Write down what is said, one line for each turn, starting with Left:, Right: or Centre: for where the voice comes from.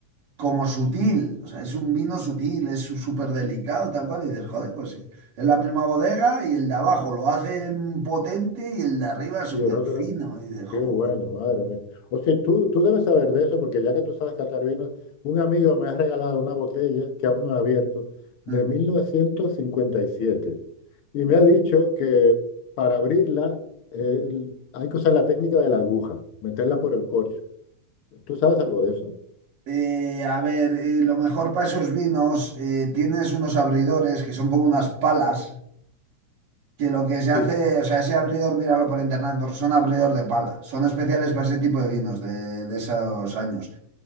Right: como sutil, o sea, es un vino sutil, es su- súper delicado, tal cual, y dices, joder, pues sí, es la misma bodega y el de abajo lo hacen potente y el de arriba es súper
Left: Y el otro,
Right: fino, y dices, joder.
Left: Qué bueno, madre mía. O sea, tú, tú debes saber de eso, porque ya que tú sabes catar vinos, un amigo me ha regalado una botella que aún no he abierto, de
Right: Mm.
Left: 1957. Y siete. Y me ha dicho que para abrirla eh, hay que usar la técnica de la aguja, meterla por el corcho. ¿Tú sabes algo de eso?
Right: Eh, a ver, eh, lo mejor para esos vinos, eh, tienes unos abridores que son como unas palas, que lo que se
Left: Sí.
Right: hace, o sea, ese abridor, míralo por internet, porque son abridor de pala, son especiales para ese tipo de vinos de, de esos años.